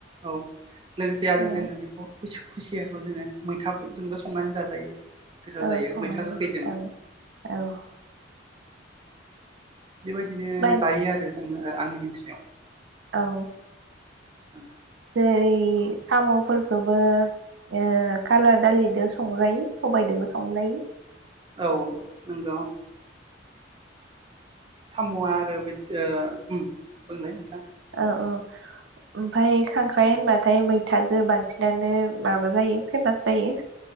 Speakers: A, on the right (about 25°); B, on the right (about 75°).
A: औ लोगोसे आरो
B: औ
A: जोङो बेखौ खु खुसियाखौ जोङो मैथाफोरजोंबो संनानै जाजायो गोथाव
B: औ
A: जायो
B: संनाय
A: मैथा
B: जायो
A: गोखैजों
B: औ औ
A: बेबायदिनो
B: बाय
A: जायो आरो जो ओ आंनि मिथिनायाव
B: औ
A: उम
B: ओेरै सामफोरखोबो ओ खाला दालिदो संजायो सबायदोंबो संजायो
A: औ नंगौ सामआ आरो बिद ओ उम बुंलाय नोंथां
B: ओ औ ओमफ्राय खांख्राइ होनबाथाय मैथाजों बांसिनानो माबा जायो फेमास जायो।